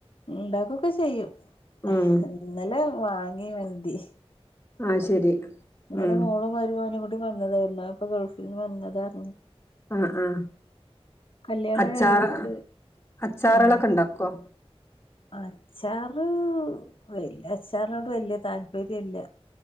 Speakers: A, on the left; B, on the left.
A: ഉണ്ടാക്കൊക്കെ ചെയ്യും
B: ഉം
A: ഇന്നലെ വാങ്ങി വന്തി
B: ആ ശരി
A: അാലേ
B: ഉം
A: മോളും വരുമാവനും കൂടി വന്നതായിന്ന അപ്പൊ ഗൾഫിൽന്ന് വന്നതായിരുന്നു
B: ആ ആ
A: കല്യാണം
B: അച്ചാറ
A: കഴിഞ്ഞിട്ട്
B: അച്ചാറളൊക്കെ
A: ആഹ്
B: ഉണ്ടാക്കോ
A: അച്ചാറ് വല് അച്ചാറിനോട് വല്യ താല്പര്യമല്ല